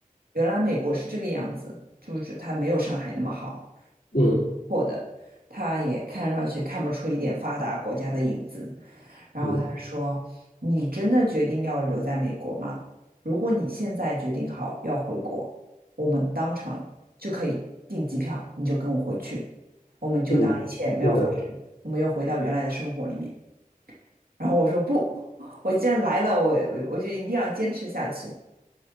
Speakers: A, on the right; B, on the left.
A: 原来美国是这个样子，就是它没有上海那么好。
B: 嗯
A: 的，他也看上去看不出一点发达国家的影子。然后他说：
B: 嗯
A: “你真的决定要留在美国吗？如果你现在决定好要回国，我们当场就可以订机票，你就跟我回去，我们就当一切没有发生，
B: 嗯，是的，
A: 我们又回到原来的生活里面。”然后我说：“不，我既然来了，我我就一定要坚持下去。”